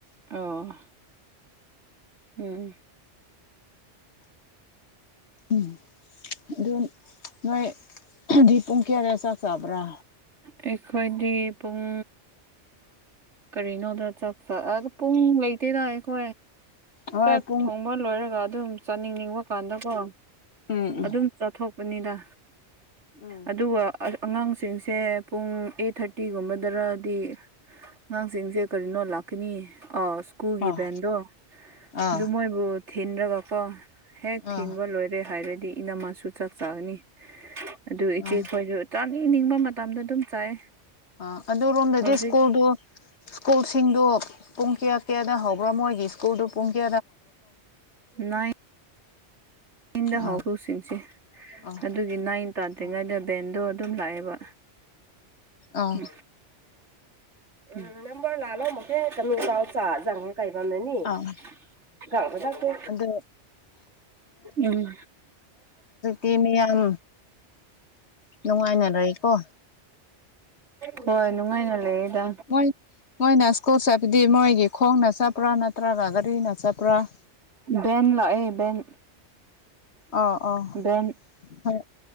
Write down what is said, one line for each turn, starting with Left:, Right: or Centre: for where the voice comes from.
Right: ꯑꯣ ꯎꯝ
Left: ꯎꯝ ꯑꯗꯨ ꯅꯣꯏ ꯍꯥꯏꯗꯤ ꯄꯨꯡ ꯀꯌꯥ ꯀꯌꯥ ꯆꯥꯛ ꯆꯥꯕ꯭ꯔꯥ
Right: ꯑꯩꯈꯣꯏꯗꯤ ꯄꯨꯡ ꯀꯔꯤꯅꯣꯗ ꯆꯥꯛ ꯆ ꯑ ꯄꯨꯡ ꯂꯩꯇꯦ ꯇꯥꯛꯑꯦꯈꯣ
Left: ꯍꯣꯏ
Right: ꯆꯥꯛ
Left: ꯄꯨꯡ
Right: ꯊꯣꯡ ꯑꯃ ꯂꯣꯏꯔꯒ ꯑꯗꯨꯝ ꯆꯥꯅꯤꯡꯅꯤꯡꯕ ꯀꯥꯟꯗꯀꯣ
Left: ꯎꯝ ꯎꯝ
Right: ꯑꯗꯨꯝ ꯆꯠꯊꯣꯛꯄꯅꯤꯗ
Left: ꯎꯝ
Right: ꯑꯗꯨꯒ ꯑꯉꯥꯡꯁꯤꯡꯁꯦ ꯄꯨꯡ ꯑꯩꯠ ꯊꯥꯔꯇꯤꯒꯨꯝꯕꯗꯔꯗꯤ ꯑꯉꯥꯡꯁꯤꯡꯁꯦ ꯀꯔꯤꯅꯣ ꯂꯥꯛꯀꯅꯤ ꯑꯥꯎ ꯁ꯭ꯀꯨꯜꯒꯤ
Left: ꯑꯥ
Right: ꯚꯦꯟꯗꯣ
Left: ꯑꯥ
Right: ꯑꯗꯨ ꯃꯣꯏꯕꯨ ꯊꯤꯟꯔꯒꯀꯣ ꯍꯦꯛ
Left: ꯑꯥ
Right: ꯊꯤꯟꯕ ꯂꯣꯏꯔꯦ ꯍꯥꯏꯔꯗꯤ ꯏꯅꯝꯃꯁꯨ ꯆꯥꯛ ꯆꯥꯒꯅꯤ ꯑꯗꯨ ꯏꯆꯦꯈꯣꯏꯁꯨ
Left: ꯑꯥ
Right: ꯆꯥꯅꯤꯡꯕ ꯃꯇꯝꯗ ꯑꯗꯨꯝ ꯆꯥꯏ
Left: ꯑ ꯑꯗꯨꯔꯣꯝꯗꯗꯤ
Right: ꯍꯧꯖꯤꯛ
Left: ꯁ꯭ꯀꯨꯜꯗꯣ ꯁ꯭ꯀꯨꯜꯁꯤꯡꯗꯣ ꯄꯨꯡꯀꯤꯌꯥ ꯀꯦꯗꯥ ꯍꯕ꯭ꯔꯃꯣꯏ ꯒꯤꯁꯀꯨꯔꯗꯨ ꯄꯨꯡꯀꯤ
Right: ꯅ ꯑꯟꯗ ꯍꯥꯎ
Left: ꯑꯥ
Right: ꯍꯁꯤꯡꯁꯤꯦ
Left: ꯑꯥ
Right: ꯑꯗꯨꯒꯤ ꯅꯥꯏꯟ ꯇꯥꯗ꯭ꯔꯤꯉꯩꯗ
Left: ꯑꯥ
Right: ꯕꯦꯟꯗꯣ ꯑꯗꯨꯝ ꯂꯥꯛꯑꯦꯕ
Left: ꯑꯥ
Right: ꯎꯝ <unintelligible>
Left: ꯑꯥ
Right: ꯀꯕ ꯆꯥꯛꯇꯦ
Left: ꯑꯗꯨ
Right: ꯎꯝ
Left: ꯁꯤ ꯃꯌꯥꯝ ꯅꯨꯡꯉꯥꯏꯅꯔꯦꯀꯣ
Right: ꯍꯣꯏ ꯅꯨꯡꯉꯥꯏꯅ ꯂꯩꯗ
Left: ꯃꯣꯏ ꯃꯣꯏꯅ ꯁ꯭ꯀꯨꯜ ꯆꯠꯄꯗꯤ ꯃꯣꯏꯒꯤ ꯈꯣꯡꯅ ꯆꯠꯄ꯭ꯔꯥ ꯅꯠꯇ꯭ꯔꯒ ꯒꯥꯔꯤꯅ ꯆꯠꯄ꯭ꯔꯥ ꯎ
Right: ꯕꯦꯟ ꯂꯥꯛꯑꯦ ꯕꯦꯟ
Left: ꯑꯣ ꯑꯣ
Right: ꯕꯦꯟ
Left: ꯍꯣꯏ